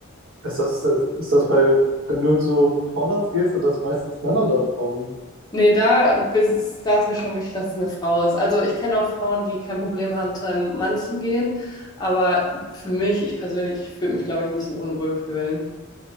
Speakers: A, on the right (about 80°); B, on the left (about 20°).
A: ist das, äh, ist das bei, wenn du zum Frauenarzt gehst, sind das meistens Männer oder Frauen?
B: nee, da, bis- da ist mir schon wichtig, dass es eine Frau ist. Also ich kenne auch Frauen, die kein Problem haben, zu einem Mann zu gehen, aber für mich, ich persönlich, ich würde mich, glaube ich, ein bisschen unwohl fühlen.